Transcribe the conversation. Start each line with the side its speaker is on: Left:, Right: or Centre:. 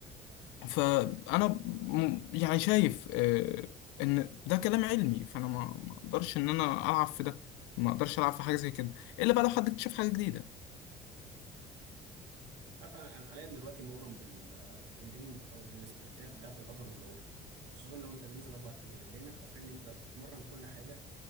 Left: فانا م- يعني شايف آه، ان ده كلام علمي فانا ما ما اقدرش ان انا العب في ده ما اقدرش العب في حاجه زي كده الا بقى لو حد اكتشف حاجه جديده
Right: عارف انا أنا حاليا دلوقتي مغرم بال... بالتمرين او بالسبليتات بتاعت الابر واللور خصوصا لو انت هتنزل اربع ايام لانك حرفيا انت بتمرن كل حاجه